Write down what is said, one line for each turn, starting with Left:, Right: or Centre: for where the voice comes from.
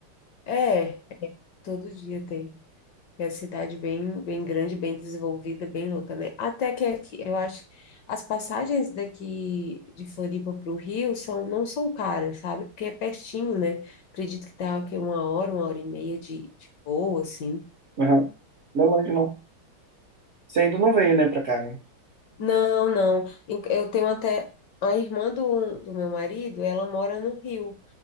Left: É, todo dia tem. É a cidade bem, bem grande, bem desenvolvida, bem louca, né? Até que aqui, eu acho, as passagens daqui de Floripa para o Rio são, não são caras, sabe? Porque é pertinho, né? Acredito que tá aqui uma hora, uma hora e meia de, de voo, assim.
Right: Aham. Não é longe, não. Você ainda não veio, né, pra cá, né?
Left: Não, não. Em- Eu tenho até. A irmã do, do meu marido, ela mora no Rio.